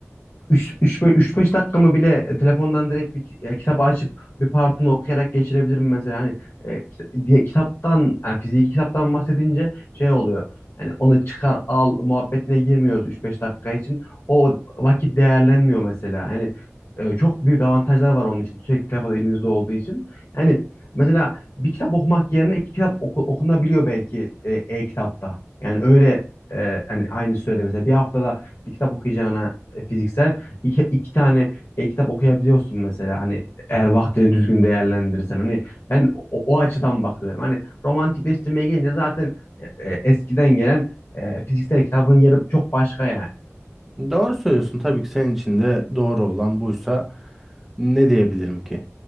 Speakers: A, on the left; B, in the centre.
A: 3-5 dakikamı bile e, telefondan direkt bir e, kitap açıp bir partını okuyarak geçirebilirim mesela. Hani e, kita- diye, kitaptan yani fiziki kitaptan bahsedince şey oluyor. Hani onu çıkar al muhabbetine girmiyoruz 3-5 dakika için. O vakit değerlenmiyor mesela. Hani e, çok büyük avantajlar var onun için. Sürekli telefon elimizde olduğu için. Yani mesela bir kitap okumak yerine iki kitap oku- okunabiliyor belki e, e-kitapta. Yani öyle e, hani aynı sürede mesela bir haftada bir kitap okuyacağına e, fiziksel iki, iki tane e, kitap okuyabiliyorsun mesela hani eğer vaktini düzgün değerlendirirsen hani ben o, o açıdan bakıyorum hani romantikleştirmeye gelince zaten e, e, eskiden gelen e, fiziksel kitabın yeri çok başka yani.
B: Doğru söylüyorsun. Tabii ki senin için de doğru olan buysa ne diyebilirim ki?